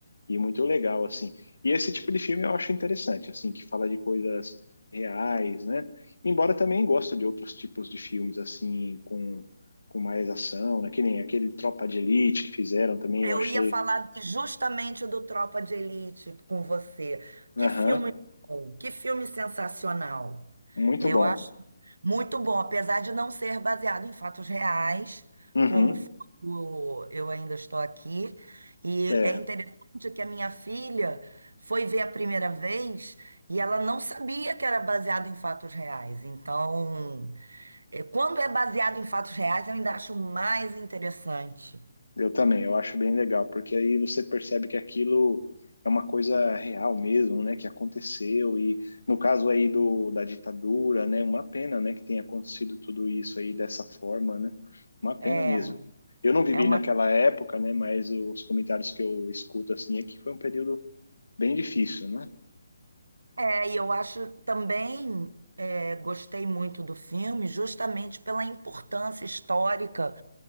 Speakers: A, on the left; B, on the right.
A: E muito legal, assim. E esse tipo de filme eu acho interessante, assim, que fala de coisas reais, né? Embora também gosto de outros tipos de filmes, assim, com, com mais ação, né? Que nem aquele Tropa de Elite que fizeram também,
B: Eu
A: eu achei,
B: ia falar justamente do Tropa de Elite com você. Que
A: aham,
B: filme bom, que filme sensacional.
A: muito
B: Eu
A: bom.
B: acho muito bom, apesar de não ser baseado em fatos reais,
A: Uhum,
B: como foi o Eu Ainda Estou Aqui. E
A: é.
B: é interessante que a minha filha foi ver a primeira vez e ela não sabia que era baseado em fatos reais. Então, eh, quando é baseado em fatos reais, eu ainda acho mais interessante.
A: Eu também, eu acho bem legal, porque aí você percebe que aquilo é uma coisa real mesmo, né, que aconteceu e no caso aí do da ditadura, né, uma pena, né, que tenha acontecido tudo isso aí dessa forma, né? Uma pena
B: É,
A: mesmo. Eu não vivi
B: é uma
A: naquela época, né, mas os comentários que eu escuto assim é que foi um período bem difícil, né?
B: É, e eu acho também, é, gostei muito do filme, justamente pela importância histórica